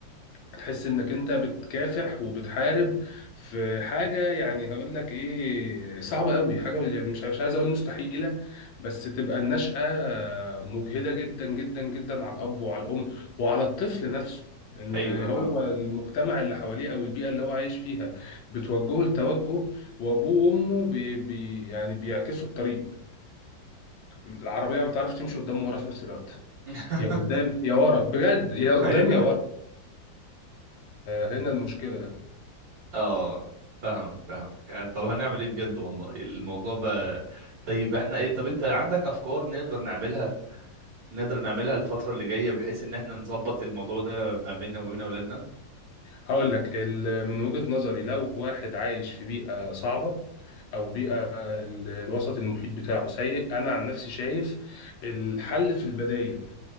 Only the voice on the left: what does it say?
هتحس انك انت بتكافح وبتحارب في حاجه يعني هقول لك ايه صعبه قوي حاجه يعني مش مش عايز اقول مستحيله بس تبقى النشأة مجهده جدا جدا جدا على الاب وعلى الام وعلى الطفل نفسه ان
هو
المجتمع اللي حواليه او البيئه اللي هو عايش فيها بتوجهه لتوجه وابوه وامه بي بي يعني بيعكسوا الطريق العربيه ما بتعرفش تمشي قدام ورا في نفس الوقت
يا قدام يا ورا بجد يا قدام
يا ورا هنا المشكله
هقول لك ال- من وجهة نظري لو واحد عايش في بيئة صعبة او بيئة ال- الوسط المحيط بتاعه سيء انا عن نفسي شايف الحل في البدايل